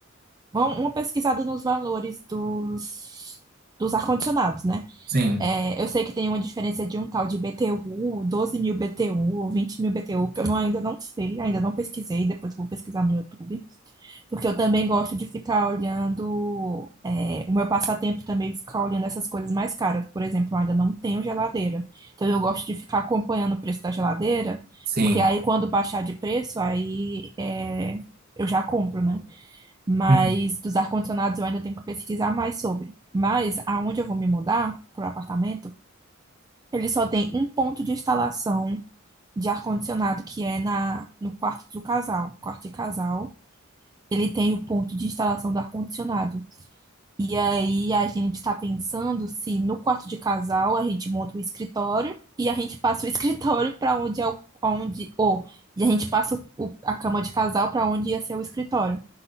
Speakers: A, on the right; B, on the right.
A: uma uma pesquisada nos valores dos, dos ar-condicionados, né?
B: sim,
A: É, eu sei que tem uma diferença de um tal de BTU, doze mil BTU, vinte mil BTU, que eu não- ainda não sei, ainda não pesquisei, depois eu vou pesquisar no YouTube, porque eu também gosto de ficar olhando, é, o meu passatempo também é ficar olhando essas coisas mais caras. Por exemplo, eu ainda não tenho geladeira, então eu gosto de ficar acompanhando o preço da geladeira,
B: sim.
A: porque aí quando baixar de preço, aí é, eu já compro, né? Mas
B: Uhum,
A: dos ar-condicionados eu ainda tenho que pesquisar mais sobre. Mas aonde eu vou me mudar, para o apartamento, ele só tem um ponto de instalação de ar-condicionado, que é na, no quarto do casal. Quarto de casal, ele tem o ponto de instalação do ar-condicionado. E aí a gente está pensando se no quarto de casal a gente monta o escritório e a gente passa o <laughs> escritório para onde é o. Onde, ou, e a gente passa o- o- a cama de casal para onde ia ser o escritório.